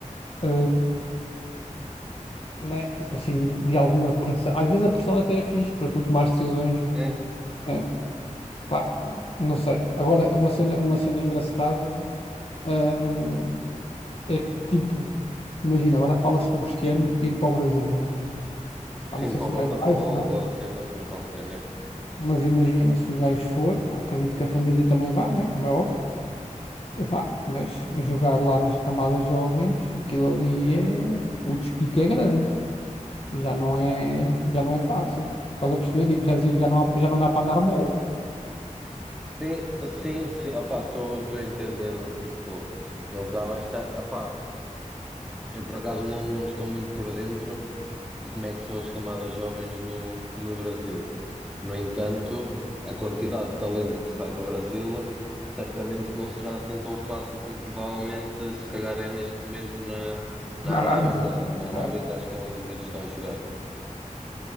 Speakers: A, on the left (about 45°); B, in the centre.
A: eh, né? Tipo assim, de, de alguma pressão. Às vezes a pressão até é fixe para tu tomar decisões.
B: sim.
A: eh, Pá, não sei. Agora, uma cena, uma cena engraçada, hum, é que, tipo, imagina, agora fala-se do Cristiano ir para o Brasil, né? Pá,
B: Sim,
A: não sei
B: para
A: se
B: o Botafogo,
A: o gajo vai, se não.
B: ou assim, uma cena qualquer, né?
A: Mas imagina, se o gajo for, pá, acredito que a família também vá, né? Como é óbvio. Epá, mas jogar lá nas camadas jovens, aquilo ali é... O despique é grande. Já não é, já não é fácil. Estás a perceber? Tipo, já, assim, já não, há- já não dá para andar mole.
B: Sim, sim, sim. Opá, estou a entender do tipo, ele já vai estar. Opá, Eu, por acaso, não, não estou muito por dentro de como é que são as camadas jovens no, no Brasil. No entanto, a quantidade de talento que sai do Brasil certamente que não será assim tão fácil como provavelmente se calhar é neste momento na, na
A: Na
B: Arábia,
A: Arábia.
B: na, na Arábia,
A: Claro.
B: que acho que é onde o miúdo está a jogar.